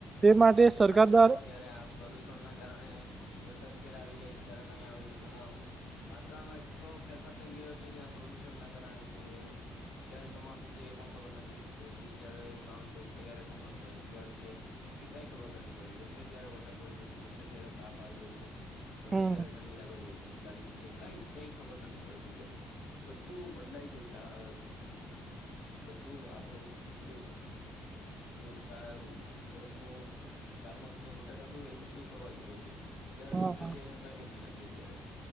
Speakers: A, on the right; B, on the left.
A: એ માટે સરકાર
B: હા ને
A: દ્વારા
B: અત્યારે આપ. પ્રદુષણ ના કારણે વરસાદ ક્યારે આવી જાય ક્યારે નહીં આવે ઘણા વાતાવરણમાં એટલો ફેરફાર થઈ ગયો છે કે આ પ્રદુષણ ના કારણે કે ક્યારે ચોમાસું છે એ પણ ખબર નથી પડતી ક્યારે ઉનાળુ છે ક્યારે શિયાળુ છે. એ કઈ ખબર નથી પડતી ગમે ત્યારે વરસાદ પડી જાય છે ગમે ત્યારે તાપ આવી જાય છે. ગમે
A: હમ
B: ત્યારે ઠંડી લાગવા જાય લાગી જાય છે કઈ કઈ ખબર નથી પડતી કે બધું બદલાઈ ગયું છે આ બધું આપડું જે, રટ વર્ષનું ચાર મંથ નું રોટેટ હતું એ બધું ખરવાઈ ગયું છે. ક્યારે
A: હા
B: શું થઈ
A: હા
B: જાય એનું કઈ નક્કી નથી અત્યારે,